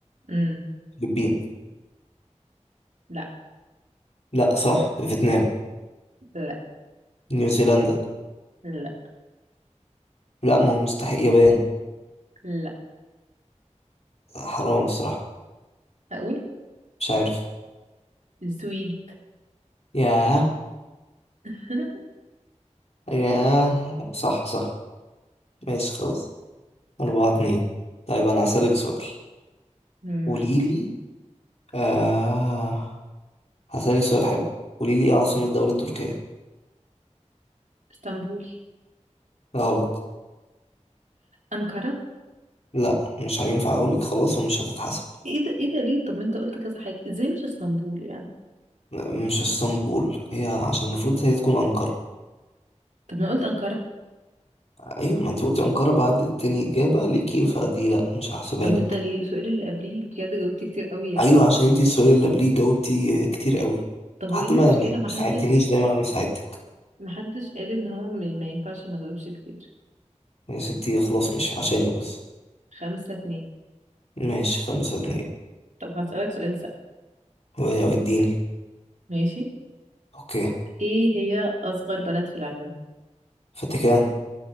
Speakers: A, on the right; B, on the left.
A: امم
B: فلبين
A: لا
B: لا صح فيتنام
A: لا
B: نيوزيلندا
A: لا
B: لا ما هو مستحيل يابان
A: لا
B: حرام الصراحة
A: اقول
B: مش عارف
A: السويد
B: ياه
A: <laughs>
B: ياه صح صح ماشي خلاص أربعة اتنين طيب أنا هسألك سؤال
A: ماشي
B: قوليلي آه هسألك سؤال حلو قوليلي إيه عاصمة دولة تركيا
A: اسطنبول
B: غلط
A: انقرة
B: لا مش هينفع أقولك خلاص ومش هتتحسب
A: ايه ده ايه ده ليه طب ما انت قلت كذا حاجة ازاي مش اسطنبول يعني
B: م- مش اسطنبول هي عشان المفروض هي تكون أنقرة
A: طب ما أنا قلت انقرة
B: أيوة ما أنت قلتي أنقرة بعد تاني إجابة ليكي فدي لا مش هحسبها
A: طب ما
B: لك
A: انت السؤال اللي قبليه بجد جاوبت كتير قوي يعني
B: ايوه عشان انت السؤال اللي قبليه جاوبتي كتير قوي
A: طب وايه
B: حتى
A: المشكلة
B: ما ما
A: ما حدش
B: ساعدتنيش زي ما انا ساعدتك
A: ما حدش قال ان هو ما ما ينفعش ما جاوبش كتير
B: يا ستي خلاص ماشي عشانك بس
A: خمسة اتنين
B: ماشي خمسة اتنين
A: طب هسألك سؤال سهل
B: واديني
A: ماشي
B: اوكي
A: ايه هي اصغر بلد في العالم
B: فاتيكان